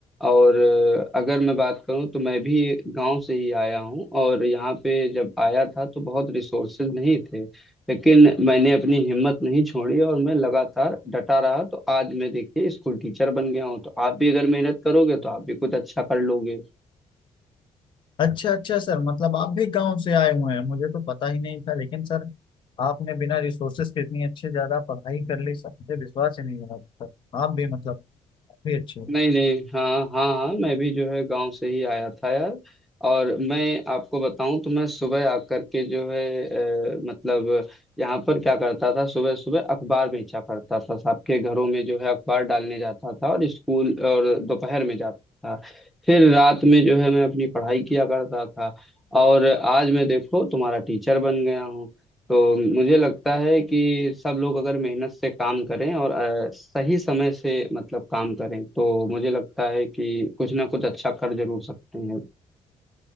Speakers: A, in the centre; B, on the left (about 40°).
A: और अ, अगर मैं बात करूं तो मैं भी गांव से ही आया हूं और यहाँ पे जब आया था तो बहुत रिसोर्सेज नहीं थे लेकिन मैंने अपनी हिम्मत नहीं छोड़ी और मैं लगातार डटा रहा तो आज मैं देखिए स्कूल टीचर बन गया हूं तो आप भी अगर मेहनत करोगे तो आप भी कुछ अच्छा कर लोगे
B: अच्छा अच्छा सर मतलब आप भी गांव से आए हुए हैं मुझे तो पता ही नहीं था लेकिन सर आपने बिना रिसोर्सेस के इतनी अच्छे ज्यादा पढ़ाई कर ली सर मुझे विश्वास ही नहीं हो रहा था आप भी मतलब काफी अच्छे हो
A: नहीं नहीं हाँ हाँ हाँ मैं भी जो है गांव से ही आया था यार और मैं आपको बताऊं तो मैं सुबह आकर के जो है अ, मतलब यहाँ पर क्या करता था सुबह सुबह अखबार बेचा करता था सबके घरों में जो है अखबार डालने जाता था और स्कूल और दोपहर में जाता था फिर रात में जो है मैं अपनी पढ़ाई किया करता था और आज मैं देखो तुम्हारा टीचर बन गया हूँ तो मुझे लगता है कि सब लोग अगर मेहनत से काम करें और अ, सही समय से मतलब काम करें तो मुझे लगता है कि कुछ ना कुछ अच्छा कर जरूर सकते हैं